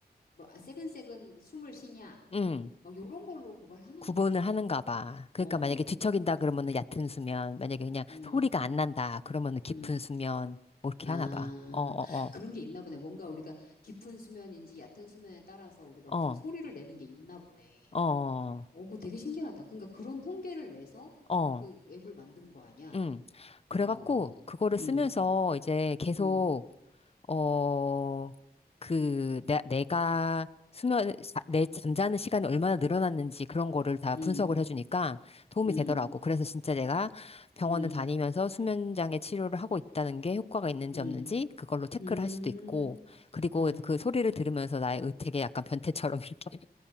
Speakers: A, on the left (about 65°); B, on the left (about 35°).
A: 뭐 아, 새근새근 숨을 쉬냐,
B: 음.
A: 막 요런 걸로 그걸 하나
B: 구분을
A: 보다.
B: 하는가 봐. 그러니까
A: 어,
B: 만약에 뒤척인다 그러면은 얕은 수면, 만약에 그냥
A: 음,
B: 소리가 안 난다 그러면은 깊은
A: 음.
B: 수면, 뭐 이렇게
A: 아,
B: 하나 봐. 어, 어,
A: 그런 게 있나 보네. 뭔가 우리가 깊은 수면인지 얕은 수면에 따라서 우리가
B: 어,
A: 무슨
B: 어,
A: 소리를 내는 게 있나 보네.
B: 어, 어,
A: 오, 그거 되게 신기하다. 그러니까 그런 통계를 내서
B: 어,
A: 그 앱을 만든 거 아니야?
B: 응. 그래갖고
A: 와.
B: 그거를
A: 음,
B: 쓰면서 이제 계속
A: 음,
B: 어, 그, 내, 내가 수면, 자- 내 잠자는 시간이 얼마나 늘어났는지 그런 거를 다
A: 음,
B: 분석을 해주니까 도움이
A: 음,
B: 되더라고. 그래서 진짜 내가 병원을
A: 음,
B: 다니면서 수면장애 치료를 하고 있다는 게 효과가 있는지
A: 음,
B: 없는지 그걸로 체크를
A: 음,
B: 할 수도 있고, 그리고
A: 음.
B: 그 소리를 들으면서 나의 의택에 약간 변태처럼 <laughs> 이렇게